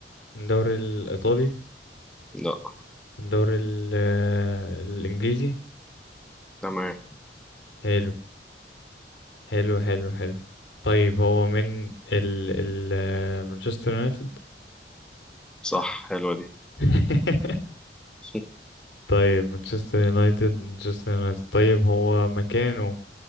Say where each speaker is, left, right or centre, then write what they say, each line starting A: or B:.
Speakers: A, on the left; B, in the centre.
A: من الدوري الايطالي
B: لا
A: من الدوري ال- الانجليزي
B: تمام
A: حلو حلو حلو حلو طيب هو من ال ال مانشستر يونايتد
B: صح حلوه دي
A: <laughs>
B: <laughs>
A: طيب مانشستر يونايتد مانشستر يونايتد طيب هو مكانه